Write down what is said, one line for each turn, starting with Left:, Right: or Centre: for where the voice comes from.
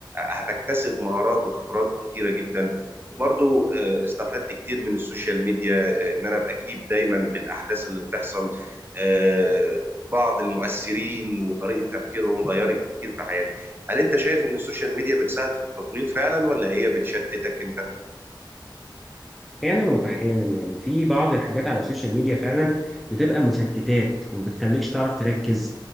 Right: هتكتسب مهارات وخبرات كتيرة جدا وبرضو آه، استفدت كتير من السوشيال ميديا آه، ان انا ابقى اكيد دايما بالاحداث اللي بتحصل آه، بعض المؤثرين وطريقة تفكيرهم غيرت كتير في حياتي هل انت شايف ان السوشيال ميديا بتساعد في التطوير فعلا ولا هي بتشتتك انت
Centre: احيانا واحيانا يعني في بعض الحاجات على السوشيال ميديا فعلا بتبقى مشتتات وما بتخليكش تعرف تركز